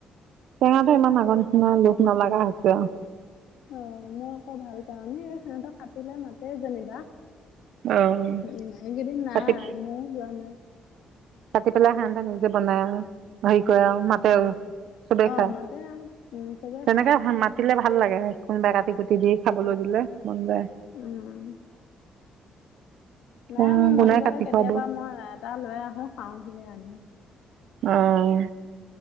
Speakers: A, on the right; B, on the left.
A: টেঙাটো ইমান আগৰ নিচিনা লোভ নলগা হৈছে আৰু
B: অ মই আকৌ ভাল ক নে এই সানটো কাটিলে মাতে যেনিবা
A: অ'।
B: উম এইকেইদিন নাই
A: কাটি
B: মই ও যোৱা নাই
A: কাটি পেলাই সানহা নিজে বনাই আহ হেৰি কৰে আৰু মাতে চবেই
B: অ'
A: খায়
B: মাতে আৰু উম, চবে
A: তেনেকৈ
B: খাওঁ।
A: মাতিলে ভাল ভাল লাগে কোনোবাই কাটি কুটি দি খাবলৈ দিলে মন যায়
B: উম নাই
A: অ',
B: মোৰ মন
A: কোনে
B: গ'লে
A: কাটি
B: কেতিয়াবা
A: খুৱাব।
B: মই এটা লৈ আহো খাওঁহিয়ে আনি
A: আহ